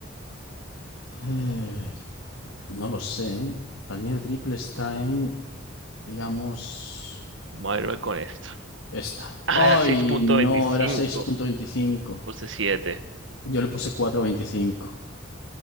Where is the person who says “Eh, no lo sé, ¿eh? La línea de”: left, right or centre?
Left